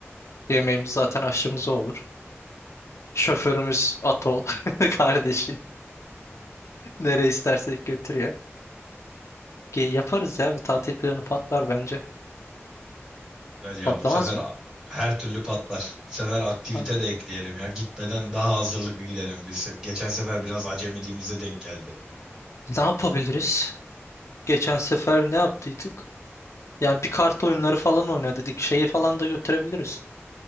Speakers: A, on the left (about 85°); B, on the right (about 15°).
A: Yemeğimiz zaten aşçımız o olur. Şoförümüz Atol <laughs> kardeşin
B: <laughs> A-
A: nereye istersek götürüyor. Ge- Yaparız ya bir tatil planı patlar bence.
B: Güzel ya
A: Patlamaz
B: bu sefer
A: mı?
B: a- her türlü patlar. Bu sefer aktivite
A: Ha.
B: de ekleyelim ya. Gitmeden daha hazırlıklı gidelim biz. Geçen sefer biraz acemiliğimize denk geldi.
A: Ne yapabiliriz? Geçen sefer ne yaptıydık? Yani bir kart oyunları falan oyna dedik Şeyi falan da götürebiliriz.